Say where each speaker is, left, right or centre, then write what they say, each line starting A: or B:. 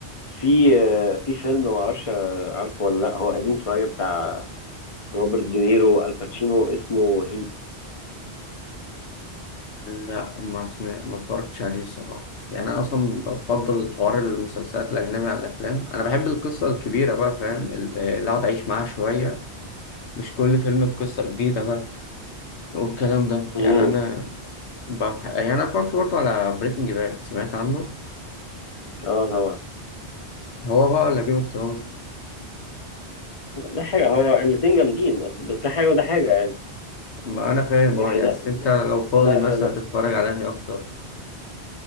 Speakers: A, on the left (about 30°); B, on the left (about 80°).
A: في آه، في فيلم ما اعرفش عارفه ولا لا هو قديم شويه بتاع روبرت دينيرو الباتشينو اسمه هيت
B: لا ما سمع... ما اتفرجتش عليه الصراحه يعني انا اصلا بفضل حوار المسلسلات الاجنبي عن الافلام انا بحب القصه الكبيره بقى فاهم اللي اقعد اعيش معاها شويه مش كل فيلم بقصه جديده بقى والكلام ده
A: امم
B: يعني انا بح... يعني انا فكرت برضه على بريكنج باد سمعت عنه
A: اه طبعا
B: هو بقى ولا جيم اوف ثرونز
A: ده حاجه هو الاتنين جامدين بس بس ده حاجه وده حاجه يعني
B: ما انا فاهم
A: يعني
B: اه يعني
A: ده
B: بس انت لو فاضي
A: ده
B: مثلا
A: ده
B: تتفرج على انهي اكتر